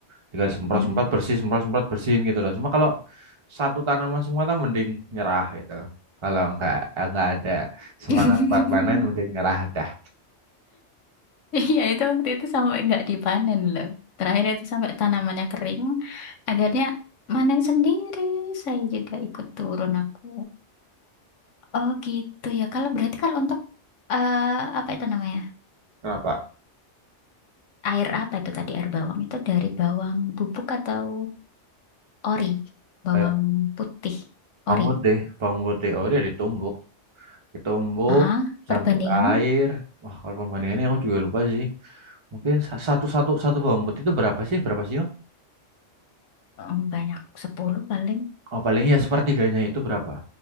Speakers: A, on the right; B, on the left.
A: Tinggal semprot-semprot
B: Mm-mm.
A: bersih, semprot-semprot bersihin gitu loh. Cuma kalau satu tanaman semua kan mending nyerah gitu. Kalau nggak nggak ada semangat
B: <laughs>
A: buat panen mending nyerah dah.
B: Iya itu waktu itu sampai nggak dipanen loh. Terakhir itu sampai tanamannya kering. Akhirnya manen sendiri. Saya juga ikut turun aku. Oh gitu ya. Kalau berarti kalau untuk eh, apa itu namanya?
A: Kenapa?
B: Air apa itu tadi air bawang itu dari bawang bubuk atau ori? Bawang
A: Kayak
B: putih
A: bawang
B: ori.
A: putih, bawang putih oh dia ditumbuk. ditumbuk
B: Ah,
A: campur
B: perbandingannya
A: air wah kalau perbandingannya aku juga lupa sih mungkin sa- satu satu satu bawang putih itu berapa sih berapa sih Yong?
B: em, banyak 10 paling
A: oh paling ya sepertiganya itu berapa